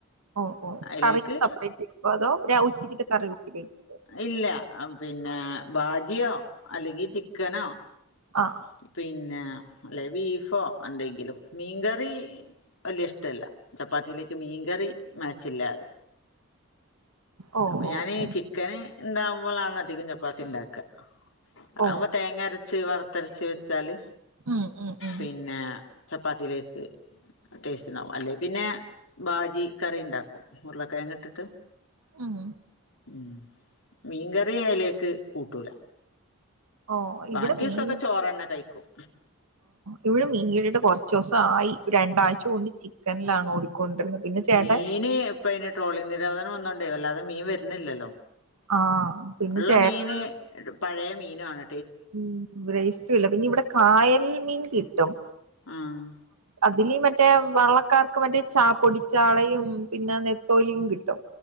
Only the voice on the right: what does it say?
ഓഹ് ഓഹ്
കറി സെപ്പറേറ്റ് വെക്കുവോ അതോ ഉച്ചക്കത്തെ കറി കൂട്ടി കഴിക്കുവോ
ആഹ്
ഓ
ഓ
ഓ
ഓ
ഉം ഉം ഉം
ഉം
ഓഹ്
ഇവിടെ മീൻ
ഇവിടെ മീൻ കിട്ടിട്ട് കുറച്ച് ദിവസം ആയി രണ്ടാഴ്ച കൊണ്ട് ചിക്കനിലാണ് ഓടിക് കൊണ്ടിര്ന്ന പിന്നെ ചേട്ടൻ
ആഹ് പിന്നെ
ചേട്ടൻ
ഉം ബ്രേസ്റ്റും ഇല്ല പിന്നെ ഇവിടെ കായൽ മീൻ കിട്ടും
അതില് മറ്റേ വള്ളക്കാർക്ക് മറ്റേ ചാ പൊടിച്ചാളയും പിന്നെ നെത്തോലിയും കിട്ടും